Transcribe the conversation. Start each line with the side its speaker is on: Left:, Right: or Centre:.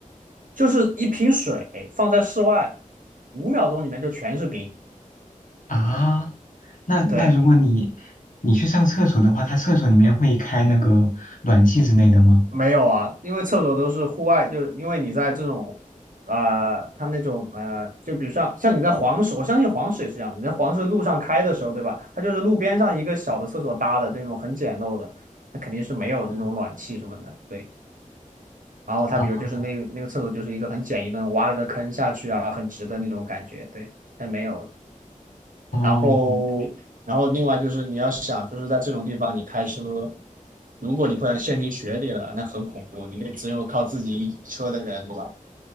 Right: 就是一瓶水放在室外，五秒钟里面就全是冰。
Left: 啊，那那如果你
Right: 对，
Left: 你去上厕所的话，它厕所里面会开那个暖气之类的吗？
Right: 没有啊，因为厕所都是户外，就是因为你在这种，呃，它那种呃，就比如像像你在黄石，我相信黄石也是这样，你在黄石路上开的时候，对吧？它就是路边上一个小的厕所搭的那种很简陋的，它肯定是没有那种暖气什么的。
Left: 嗯
Right: 对，然后它比如就是那那个厕所就是一个很简易的，
Left: 啊
Right: 挖了个坑下去啊，很直的那种感觉。对，它没有。
Left: 哦
Right: 然后，然后另外就是你要想，就是在这种地方你开车，如果你不小心陷进雪里了，那很恐怖，你得只有靠自己车的人，对吧？